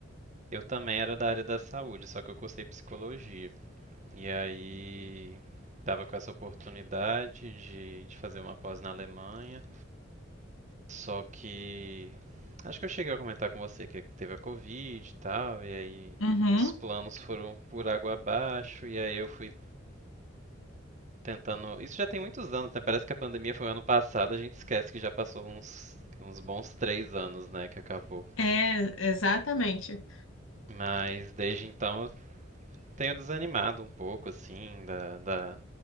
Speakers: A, on the right; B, on the left.
A: eu também era da área da saúde, só que eu cursei psicologia. E aí estava com essa oportunidade de, de fazer uma pós na Alemanha, só que acho que eu cheguei a comentar com você que teve a Covid e tal, e aí
B: Uhum.
A: os planos foram por água abaixo, e aí eu fui tentando. Isso já tem muitos anos, né? Parece que a pandemia foi ano passado, a gente esquece que já passou uns, uns bons três anos, né, que acabou.
B: É, exatamente.
A: Mas desde então eu tenho desanimado um pouco, assim, da, da,